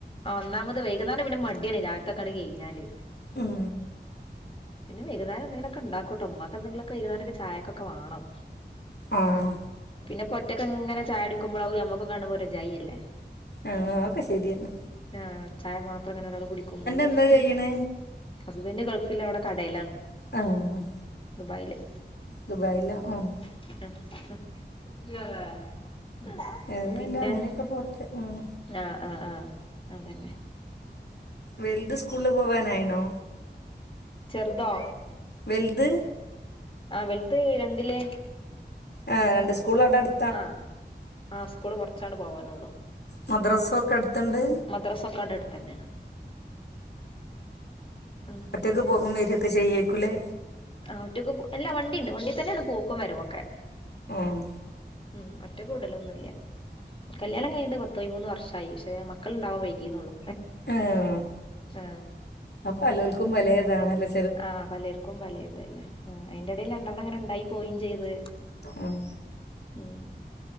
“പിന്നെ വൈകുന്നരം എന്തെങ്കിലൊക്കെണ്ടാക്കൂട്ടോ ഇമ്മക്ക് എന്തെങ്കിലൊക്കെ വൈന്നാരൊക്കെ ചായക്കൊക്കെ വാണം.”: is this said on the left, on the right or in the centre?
Left